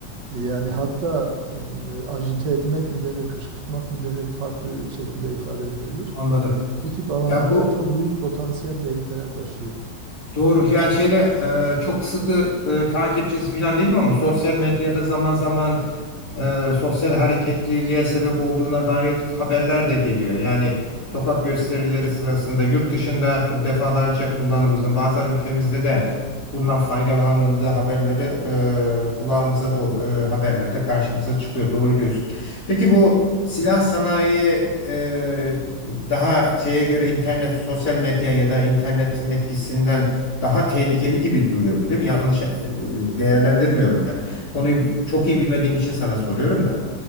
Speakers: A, on the right; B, on the left.
A: e, yani hatta e, agite etmek mi denir, kışkırtmak mı denir farklı şekilde ifade edilebilir.
B: anladım.
A: Bu tip alanlarda
B: Ya bu
A: çok büyük potansiyel tehlikeler taşıyor.
B: Doğru yani şeyde e, çok sıkı e, takipçisi falan değilim ama sosyal medyada zaman zaman e, sosyal hareketliliğe sebep olduğuna dair haberler de geliyor. Yani sokak gösterileri sırasında yurt dışında defalarca kullanıldığını bazen ülkemizde de bundan faydalanıldığı haberleri e, kulağımıza do e, haberlerde karşımıza çıkıyor. Doğru diyorsun. Peki bu silah sanayi e, daha şeye göre internet, sosyal medya ya da internetin etkisinden daha tehlikeli gibi duruyor değil mi? Yanlış e, değerlendirmiyorum ben. Konuyu bi- çok iyi bilmediğim için sana soruyorum da.